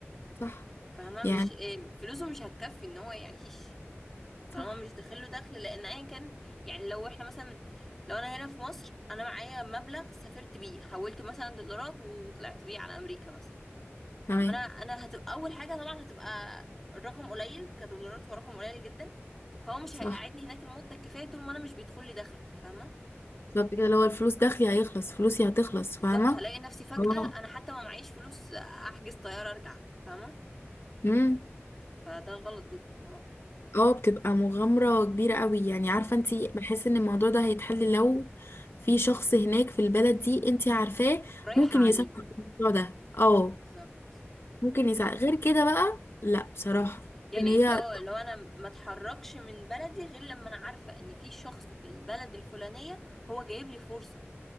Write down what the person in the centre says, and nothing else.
فاهمه
مش إيه، فلوسه مش هتكفي ان هو يعيش طالما
مش داخله دخل لان ايا كان يعني لو احنا مثلا لو انا هنا في مصر انا معايا مبلغ سافرت بيه حولته مثلا دولارات وطلعت بيه على امريكا مثلا
ما انا انا هتبقى اول حاجه طبعا هتبقى الرقم قليل كدولارات هو رقم قليل جدا فهو مش
هيقعدني هناك المده الكفايه طول ما انا مش بيدخل لي دخل فاهمه
بالظبط هلاقي نفسي فجأة
انا حتى ما معيش فلوس احجز طيارة ارجع فاهمة
فده غلط جدا طبعا
مم.
رايحة
عليه
بالظبط
أيوة.
مم. يعني
انت اه لو انا ما اتحركش من بلدي غير لما انا عارفة ان في شخص في البلد الفلانية هو جايب لي فرصة